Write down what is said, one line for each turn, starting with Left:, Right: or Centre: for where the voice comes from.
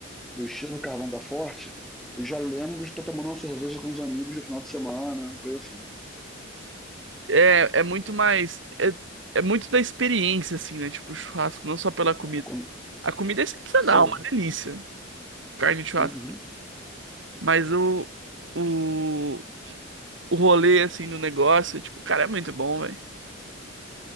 Centre: e o cheiro do carvão tá forte, eu já lembro de estar tomando uma cerveja com os amigos no final de semana, coisa assim.
Right: É, é muito mais. É, é muito da experiência, assim, né? Tipo, o churrasco, não só pela comida.
Centre: Ah, quando-
Right: A comida é excepcional,
Centre: Isso aí.
Right: uma delícia. Carne de churrasco.
Centre: Uhum.
Right: Mas o, o, o rolê, assim, do negócio, tipo, cara, é muito bom, velho.